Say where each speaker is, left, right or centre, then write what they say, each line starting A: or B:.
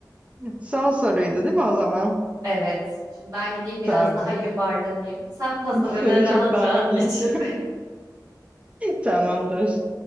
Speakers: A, on the right; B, on the right.
A: Son soruydu değil mi o zaman?
B: Evet. Şimdi ben gideyim biraz
A: Tamam.
B: daha yuvarlanayım. Sen pazarını
A: Seni
B: rahat
A: çok darlamayayım.
B: rahat <laughs> geçir.
A: <laughs> Tamamdır.